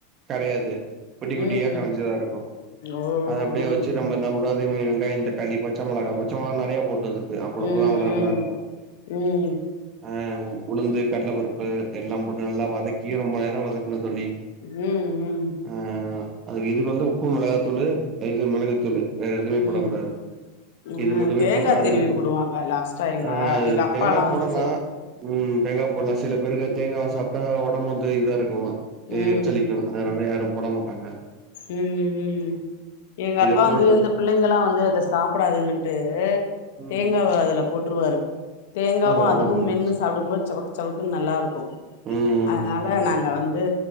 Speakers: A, on the right (about 35°); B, on the left (about 70°).
A: கரையாது குட்டி
B: ம்
A: குட்டியா கரஞ்சதா இருக்கூ
B: ஓ
A: அத
B: ம்
A: அப்டியே வச்சு நம்ம என்ன போடுவோ அதே மாரி வெங்காயந் தக்காளி பச்ச மொளகா பச்ச மொளகா நறைய போட்டுது து அவ்ளப்பதா
B: ம்
A: அவ்வள நல்லா இருக்கூ
B: ம் ம்
A: ஆ உளுந்து கட்ல பருப்பு பு எல்லாம் போட்டு நல்லா வதக்கி ரொம்ப நேரோ வதக்குணு தோழி
B: ம் ம்
A: ஆ அதுக்கு இதுக்கு வந்து உப்பு மெளகாத்தூளு இது மிளகுத்தூளு வேற எதுவுமே
B: ம்
A: போடக்கூடாது
B: ம்
A: இது மட்டுமே
B: தேங்கா
A: போட்டு அதுக்கப்புற
B: திருவி போடுவாங்க லாஸ்ட்டா எங்க
A: ஆ
B: எங்க அப்பால்லா
A: தேங்கா போடலா
B: வந்து செய்வாங்க
A: ம் தேங்காய் போட்லா சில பேருக்கு தேங்கா சாப்ட்டா ஒடம்பு வந்து இதா இருக்கூ
B: ம்
A: எரிச்சலிக்கூ
B: ம்
A: அதனால யாரும் போட மாட்டாங்க
B: ம் ம் எங்க
A: இத
B: அப்பா
A: போட்டுட்டு
B: வந்து இருந்தப் பிள்ளைங்களா வந்து அத சாப்பிடாதுங்கட்டு
A: ம்
B: தேங்காவ அதுல போட்ருவாரு தேங்காவு
A: அதா
B: அதுவு
A: அதா தோழி
B: மென்னு சாப்டும்போது சவக்கு சவக்குன்னு நல்லாருக்கூ
A: ம்
B: அதனால
A: அதா
B: நாங்க வந்து